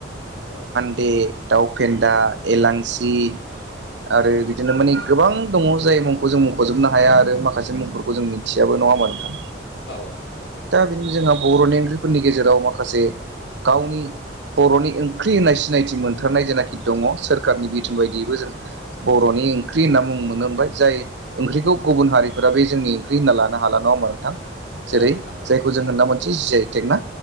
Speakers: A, on the left (about 75°); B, on the right (about 70°).
A: औ।
B: बे दाउ फेन्दा एलांसि आरो बिदिनो माने। गोबां दङ जाय मुंखौ जों मुंख'जोबनो हाया आरो माखासे मुंफोरखौ जों मिथियाबो नङा होमाबा नोंथां?
A: औ नोंथां औ।
B: दा बिनो जोंहा बर'नि ओंख्रिफोरनि गेजेराव माखासे। गावनि बर'नि ओंख्रि होननाय सिनायथि मोनथारनाय जेनाखि दङ सोर खारनि बिथुन बायदियैबो जों। बर'नि ओंख्रि होनना मुं मोनो ओमफाय जाय ओंख्रिखौ गुबुन हारिफोरा बे जोंनि ओंख्रि होनना लान हा नङाा नोंथां जेरै
A: नोंथां औ
B: जायखौ जों होनना मोनसे आइ टेकना